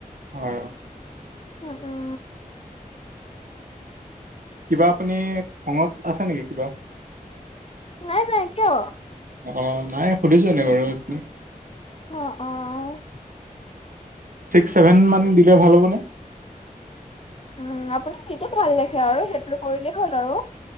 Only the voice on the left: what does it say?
উম, উম,
নাই, নাই, কিয়?
অ, অ,
উ, আপুনি যিটো ভাল দেখে আৰু সেইটো কৰিলেই হ'ল আৰু।